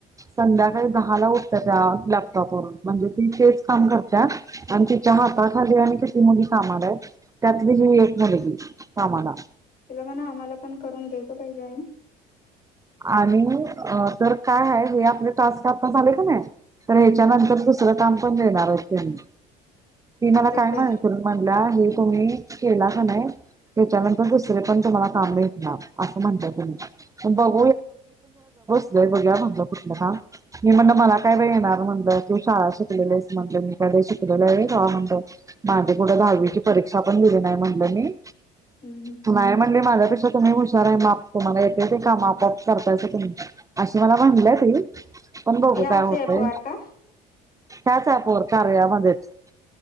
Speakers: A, on the right; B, on the left.
A: संध्याकाळी दहाला उठत्या त्या लॅप टॉप वरून म्हणजे ती तेच काम करत्या आणि तिच्या हाताखाली आणि किती मुली कामाला आहेत. त्यातलीच ही एक मुलगी कामाला.
B: ती म्हण आम्हाला पण करून घ्यायचं पाहिजे आहे न.
A: आणि तर काय हाय हे आपले टास्क अता झाले कनी तर
B: हम्म
A: ह्याच्यानंतर
B: हम्म
A: दुसरं काम पण देणार आहेत तेनी ती मला
B: दिक्कत
A: काय <unintelligible> म्हणल्या हे तुम्ही केला का नाही त्याच्यानंतर दुसरे पण तुम्हाला काम भेटणार. असं म्हणता त्यांनी बघ.
B: हम्म
A: बघूया म्हणलं कुठलं काम मी म्हण मला काय <unintelligible> येणार मी म्हणल मला काय बाई येणार म्हटलं तू शाळा शिकलेली हाईस <unintelligible> म्हटलं मी काय मी शिकलेलो हाय होय तवा म्हटलो. माझी कुठे दहावीची परीक्षा पण दिली नाही म्हटलं मी
B: हम्म
A: तू नाही म्हणले माझ्यापेक्षा तुम्ही हुशार आहे माप तुम्हाला येते ते का माप प करतायसा तुम्ही अशी मला म्हणल्या ती. पण बघू
B: याच
A: काय होतय.
B: ऍप वर का
A: का च हाय पोर कार्या मध्येच